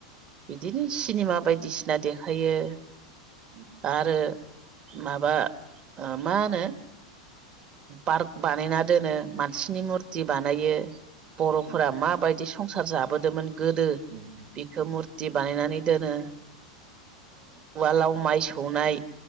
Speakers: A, on the right (about 30°); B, on the right (about 85°).
A: बिदिनो सिनेमा बायदिसिना देखायो
B: उम
A: आरो माबा मा होनो? पार्क बानायना दोनो मानसिनि मुरथि बानायो। बर'फोरा
B: उम उम
A: माबायदि संसार जाबोदोंमोन गोदो
B: उम
A: बिखौ मुरथि बानायनानै दोनो। उवालाव माइ सौनाय